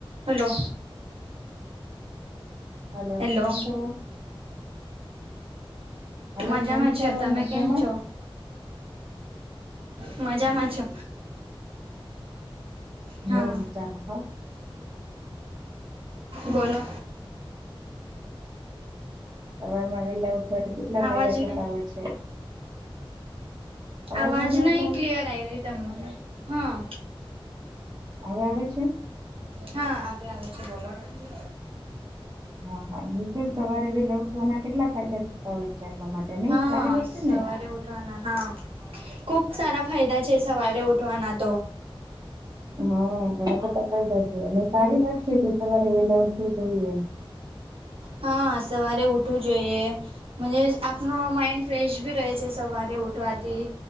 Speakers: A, on the right; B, on the right.
A: હલો.
B: હલો.
A: હેલો
B: કેમ છો? હલો
A: મજામાં
B: કેમ છો
A: છે. તમે
B: મજામાં
A: કેમ છો? મજામાં છો. હા
B: હોવ મજામાં હો. <unintelligible>
A: બોલો
B: સવારમાં વહેલાં ઊઠ ઠવાથી કેટલા
A: આવાજ
B: ફાયદા
A: ન
B: થતા હોય છે? અવાજ
A: આવાજ
B: નથી આવતો
A: નહીં ક્લિયર આઈ રહી તમને, હા.
B: હવે આવે છે?
A: હા હવે આવે છે. બોલો ને.
B: હા <unintelligible> સવારે વહેલા ઉઠવાના કેટલા ફાયદા થતા હોય છ? જે આપણા માટે નહીં,
A: હા
B: સારી વાત
A: સવારે
B: છે ને?
A: ઉઠવાના હા, ખુબ સારા ફાયદા છે સવારે ઉઠવાના તો.
B: હા ઘણા બધા ફાયદા છે. અને સારી વાત છે કે સવારે વહેલા ઉઠવું જોઈએ.
A: હા સવારે ઉઠવું જોઈએ. મજે આપનો માઇન્ડ ફ્રેશ બી રહે છે સવારે ઉઠવાથી.